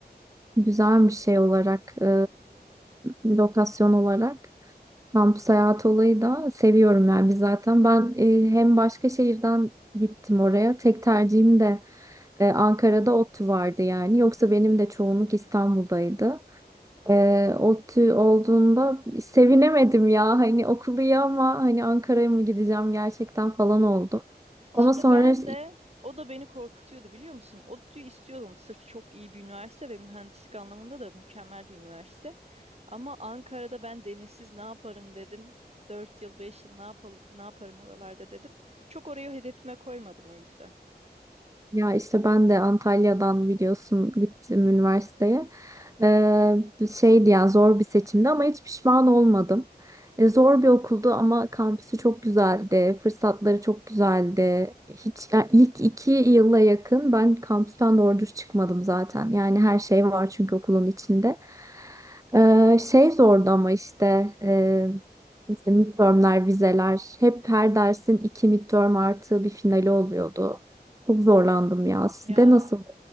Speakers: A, on the right; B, on the right.
A: Güzel bir şey olarak, e, lokasyon olarak. Kampüs hayatı olayı da seviyorum yani biz zaten ben e, hem başka şehirden gittim oraya tek tercihim de e, Ankara'da ODTÜ vardı yani yoksa benim de çoğunluk İstanbul'daydı. E, ODTÜ olduğunda sevinemedim ya hani okulu iyi ama hani Ankara'ya mı gideceğim gerçekten falan oldum.
B: İşte
A: Ama sonra
B: ben de o da beni korkutuyordu biliyor musun? ODTÜ'yü istiyordum sırf çok iyi bir üniversite ve mühendislik anlamında da mükemmel bir üniversite. Ama Ankara'da ben denizsiz ne yaparım dedim. dört yıl 5 yıl ne yapalım ne yaparım oralarda dedim. Çok orayı hedefime koymadım o yüzden.
A: Ya işte ben de Antalya'dan biliyorsun gittim üniversiteye. Ee, şeydi yani zor bir seçimdi ama hiç pişman olmadım. Ee, zor bir okuldu ama kampüsü çok güzeldi. Fırsatları çok güzeldi. Hiç yani ilk iki yıla yakın ben kampüsten doğru düz çıkmadım zaten. Yani her şey var çünkü okulun içinde. Ee, şey zordu ama işte e, işte midtermler, vizeler hep her dersin iki midterm artı bir finali oluyordu. Çok zorlandım ya. Sizde
B: Ya
A: nasıl?